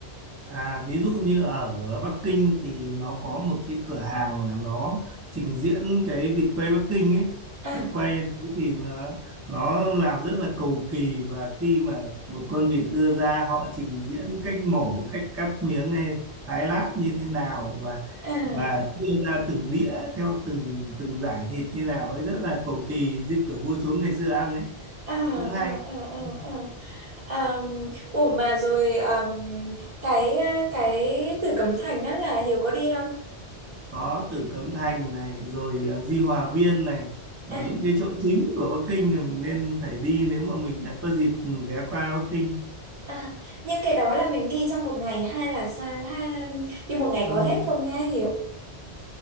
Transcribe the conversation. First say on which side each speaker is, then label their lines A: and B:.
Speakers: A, on the right; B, on the right.
A: À, ví dụ như ở Bắc Kinh thì nó có một cái cửa hàng là nó trình diễn cái vịt quay Bắc Kinh ấy.
B: À,
A: Vịt quay đấy thì nó, nó làm rất là cầu kỳ và khi mà một con vịt đưa ra họ trình diễn cách mổ, cách cắt miếng hay thái lát như thế nào và
B: à.
A: và đưa ra từng đĩa theo từng từng giải thịt như nào ấy rất là cầu kỳ như kiểu vua chúa ngày xưa ăn ấy
B: à à
A: cũng hay.
B: à à
A: Ừ.
B: à à ủa mà rồi à, cái cái Tử Cấm Thành á là Hiếu có đi không
A: có Tử Cấm Thành này rồi ờ, Di Hòa Viên này là
B: à
A: những cái chỗ chính của Bắc Kinh mà mình nên phải đi nếu mà mình đã có dịp ghé qua Bắc Kinh
B: à nhưng cái đó là mình đi trong một ngày hay là sao ha đi một ngày
A: Ừ,
B: có hết không nghe Hiếu